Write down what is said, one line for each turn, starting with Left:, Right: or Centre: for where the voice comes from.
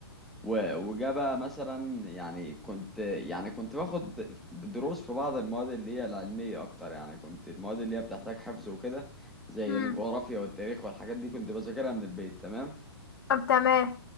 Centre: و- وجا بقى مثلا يعني كنت يعني كنت باخد دروس في بعض المواد اللي هي العلمية أكتر يعني كنت المواد اللي هي بتحتاج حفظ وكده زي
Left: امم
Centre: الجغرافيا والتاريخ والحاجات دي كنت بذاكرها من البيت تمام
Left: طب تمام